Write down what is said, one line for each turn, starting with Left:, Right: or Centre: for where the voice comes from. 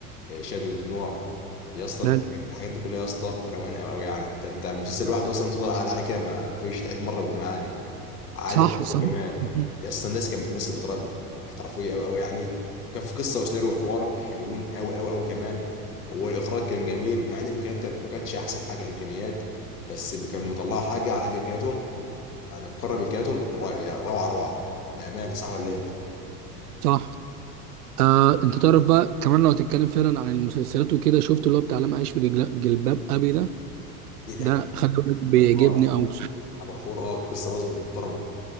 Left: آه، شادو الدموع يا اسطى انت
Right: ماله
Left: الحاجات الحاجات دي كلها يا اسطى روقان قوي قوي يعني انت انت مسلسل لوحده اصلا تفضل قاعد عليه كده ما ما فيش تعيد مره واتنين عادي عادي
Right: صح
Left: أوي
Right: صح
Left: كمان
Right: مهم.
Left: اصلا الناس كانت بتمثل بطريقه احترافيه قوي قوي يعني كان في قصه وسيناريو وحوار حلوين قوي قوي قوي كمان والاخراج كان جميل مع ان الامكانيات كانت ما كانتش احسن حاجه امكانيات بس كان مطلعه حاجه على قد امكانياتهم يعني مقرب امكانياتهم رائع- روعه روعه بامانه صح ولا ايه؟
Right: صح آه، انت تعرف بقى كمان لو هتتكلم فعلا عن المسلسلات وكده شفت اللي هو بتاع لم اعيش في جل- جلباب ابي ده
Left: دي دي
Right: ده
Left: حوار
Right: خلي بالك بيعجبني
Left: حوار
Right: او
Left: عبد الغفور اه قصه برضه محترمه